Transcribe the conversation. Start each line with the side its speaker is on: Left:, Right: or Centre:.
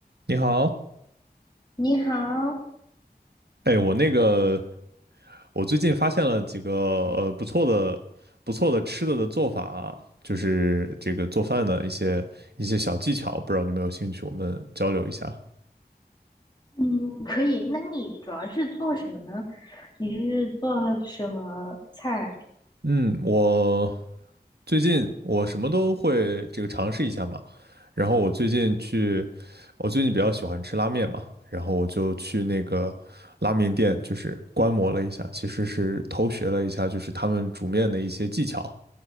Right: 你好，
Left: 你好，
Right: 哎，我那个，我最近发现了几个呃不错的、不错的吃的的做法啊，就是这个做饭的一些一些小技巧，不知道你有没有兴趣，我们交流一下。
Left: 嗯，可以。那你主要是做什么呢？你是做什么菜？
Right: 嗯，我最近我什么都会这个尝试一下嘛，然后我最近去，我最近比较喜欢吃拉面嘛，然后我就去那个拉面店，就是观摩了一下，其实是偷学了一下，就是他们煮面的一些技巧。